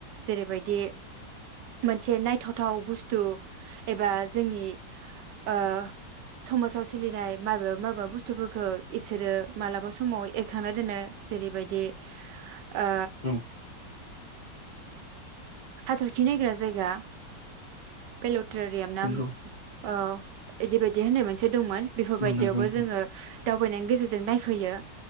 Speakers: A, on the right; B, on the left.
A: जेरैबायदि मोनसे नायथावथाव बुस्थु एबा जोंनि ओ समाजाव सोलिनाय माबेबा माबेबा बुस्थुफोरखौ इसोरो मालाबा समाव एरखांना दोनो जेरैबायदि ओ
B: औ
A: हाथरखि नायग्रा जायगा फेलट थ्ररियाम नाम
B: नंगौ
A: अ इदि बायदि होननाय मोनसे दंमोन बेफोरबायदियावबो
B: औ नंगौ नोंथां।
A: जोङो दावबायनायनि गेजेरजों जों नायफैयो